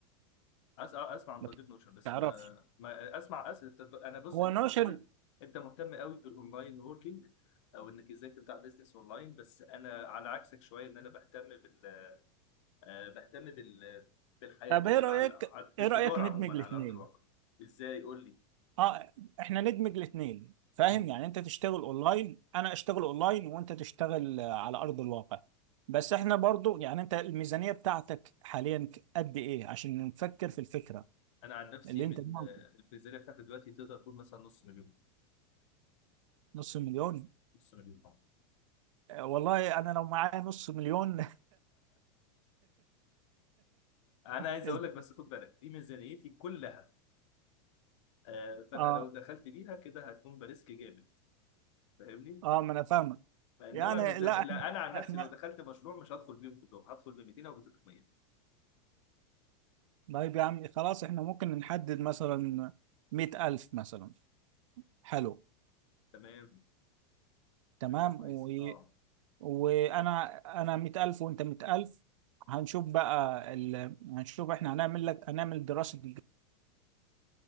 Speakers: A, on the left; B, on the right.
A: اسمع اسمع عن
B: ما
A: تطبيق نوشن بس
B: تعرفش
A: انا ما اسمع أس... انا بص
B: هو
A: انت
B: نوشن
A: في الغالب انت مهتم قوي بالاونلاين ووركينج او انك ازاي تبدا بزنس اونلاين بس انا على عكسك شويه ان انا بهتم بال آه، بهتم بال بالحياه
B: طب
A: بال...
B: ايه رايك
A: على- على- بالتجاره
B: ايه رايك ندمج
A: عموما
B: الاثنين
A: على ارض الواقع ازاي قول لي
B: اه احنا ندمج الاثنين فاهم
A: مم.
B: يعني انت تشتغل اونلاين انا اشتغل اونلاين وانت تشتغل آه، على ارض الواقع بس احنا برضو يعني انت الميزانيه بتاعتك حاليا ك- قد ايه عشان نفكر في الفكره
A: انا عن نفسي
B: اللي
A: من
B: انت قلناها،
A: آه، الميزانيه بتاعتي دلوقتي تقدر تقول مثلا نص مليون
B: نص مليون
A: نص مليون <laughs> آه.
B: آه، والله انا لو معايا نص مليون
A: انا
B: <laughs>
A: عايز اقول لك بس خد بالك دي ميزانيتي كلها آه، فانا
B: اه
A: لو دخلت بيها كده هتكون بريسك جامد فاهمني
B: اه ما انا فاهمك
A: انما
B: يعني
A: ميزان
B: لا
A: لا
B: احنا
A: انا عن نفسي
B: احنا
A: لو دخلت مشروع مش هدخل بيهم كلهم هدخل ب 200 او ب 300
B: طيب يا عم خلاص احنا ممكن نحدد مثلا 100000 مثلا حلو
A: تمام
B: تمام
A: فكره كويسه
B: و...
A: اه
B: وانا انا 100000 وانت 100000 هنشوف بقى ال... هنشوف احنا هنعمل لك هنعمل دراسة جدوى